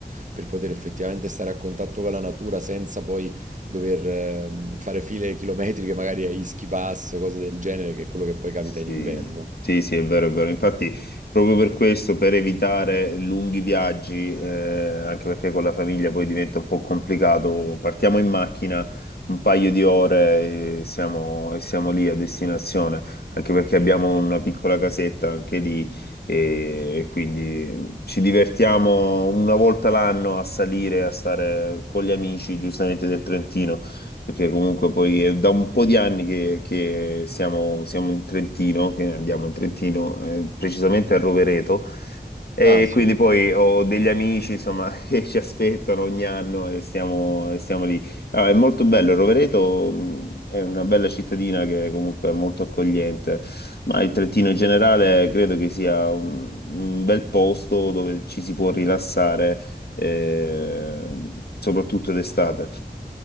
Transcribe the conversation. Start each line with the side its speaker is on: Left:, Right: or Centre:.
Right: per poter effettivamente stare a contatto con la natura senza poi dover ehm, fare file chilometriche, magari a Ischia Pass o cose del genere, che è quello che poi capita
Left: Sì,
Right: in inverno.
Left: sì, sì, è vero, è vero. Infatti, proprio per questo, per evitare lunghi viaggi, eh, anche perché con la famiglia poi diventa un po' complicato, partiamo in macchina un paio di ore e siamo, e siamo lì a destinazione, anche perché abbiamo una piccola casetta anche lì e, e quindi ci divertiamo una volta l'anno a salire, a stare con gli amici, giustamente del Trentino perché comunque poi è da un po' di anni che, che siamo, siamo in Trentino, che andiamo in Trentino, eh, precisamente a Rovereto, e
Right: Ah, sì.
Left: quindi poi ho degli amici, insomma, <laughs> che ci aspettano ogni anno e stiamo, e stiamo lì. Ah, è molto bello, Rovereto mh, è una bella cittadina che comunque è molto accogliente, ma il Trentino in generale credo che sia un, un bel posto dove ci si può rilassare, eh, soprattutto d'estate.